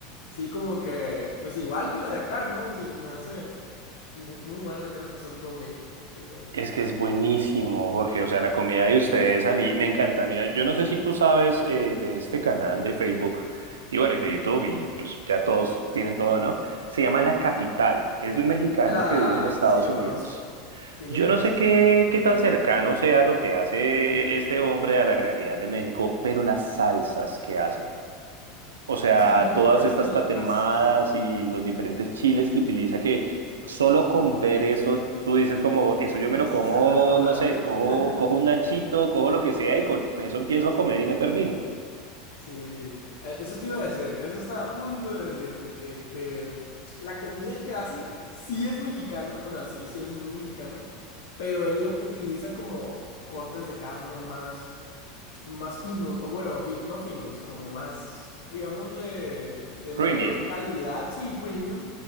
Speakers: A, on the left (about 70°); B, on the right (about 85°).
A: sí, como que, pues igual que la de acá, ¿no? Se, se me hace mu- muy, buena la carne al pastor en todo México, básicamente.
B: Es que es buenísimo, Jorge. O sea, la comida de ustedes a mí me encanta. Mira, yo no sé si tú sabes eh, de este canal de Facebook y bueno, y de YouTube y pues ya todos tienen todo, ¿no? Se llama La Capital. Es de un mexicano
A: Ya,
B: que vive en Estados
A: sí lo
B: Unidos.
A: conozco, sí lo
B: Yo
A: conozco.
B: no sé qué, qué tan cercano sea lo que hace eh, este hombre a la realidad de México, pero las salsas que hace. O sea,
A: Sí, fíjate
B: todas estas
A: que las,
B: tatemadas
A: sí,
B: y los diferentes chiles que utiliza, que solo con ver eso, tú dices como, eso
A: <laughs>
B: yo me lo
A: Sí,
B: como,
A: se te antoja.
B: no sé, cojo,
A: <laughs>
B: cojo un nachito, cojo lo que sea y con eso empiezo a comer y no termino.
A: Sí, sí. Eh, Eso te iba a decir, eso estaba a punto de decirte, que, que la comida que hace sí es mexicana, o sea, sí, sí es muy mexicana, pero él lo utiliza como cortes de carne más, más finos, o bueno, fi- no finos, como más, digámosle, de mayor
B: Premium.
A: calidad, sí, premium,